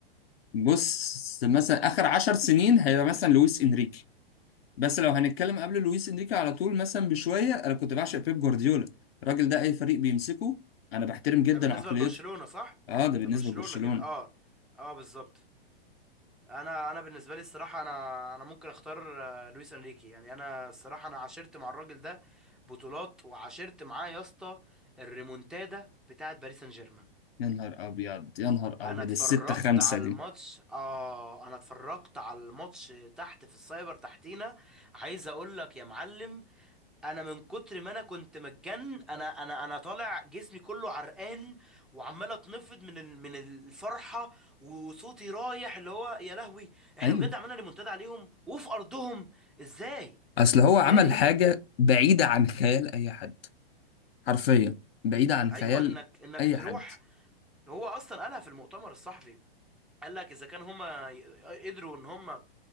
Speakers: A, on the left; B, in the centre.
A: بص مثلا اخر عشر سنين هيبقى مثلا لويس انريكي بس لو هنتكلم قبل لويس انريكي على طول مثلا بشويه انا كنت بعشق بيب جوارديولا الراجل ده اي فريق بيمسكه انا بحترم جدا
B: ده بالنسبه
A: عقليته
B: لبرشلونه صح
A: اه ده بالنسبه
B: ده برشلونه
A: لبرشلونه
B: كده اه اه بالظبط انا انا بالنسبه لي الصراحه انا انا ممكن اختار آه، لويس انريكي يعني انا الصراحه انا عاشرت مع الراجل ده بطولات وعاشرت معاه يا اسطى الريمونتادا بتاعت باريس سان جيرمان
A: يا نهار ابيض يا نهار ابيض
B: انا اتفرجت
A: الستة خمسة
B: على
A: دي
B: الماتش اه انا اتفرجت على الماتش تحت في السايبر تحتينا عايز اقول لك يا معلم انا من كتر ما انا كنت متجن انا انا انا طالع جسمي كله عرقان وعمال اتنفض من ال- من الفرحه وصوتي رايح اللي هو يا لهوي احنا
A: ايوه
B: بجد عملنا ريمونتادا عليهم وفي ارضهم ازاي
A: اصل هو
B: ازاي
A: عمل حاجة بعيدة عن خيال اي حد حرفيا بعيدة عن
B: ايوه
A: خيال
B: انك انك
A: اي
B: تروح
A: حد
B: هو اصلا قالها في المؤتمر الصحفي قال لك اذا كان هما ي- قدروا ان هما